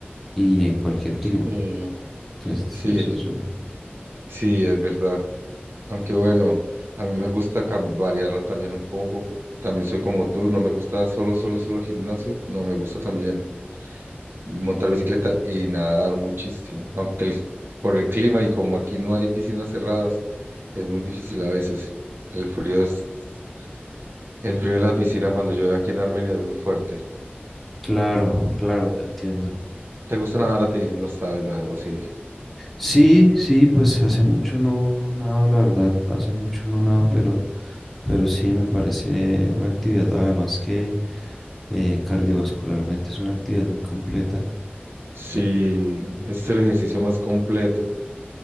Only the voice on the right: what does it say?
Sí,
sí,
sí, es verdad. Aunque bueno, a mí me gusta cam- variarlo también un poco. También soy como tú, no me gusta solo, solo, solo gimnasio. No me gusta también montar bicicleta y nadar muchísimo. Aunque el- por el clima y como aquí no hay piscinas cerradas, es muy difícil a veces. El frío es, el frío en la piscina cuando llueve aquí en Armenia es muy fuerte.
¿Te gusta nadar a ti? No sabes nadar, o sí.
Sí,
ese es el ejercicio más completo.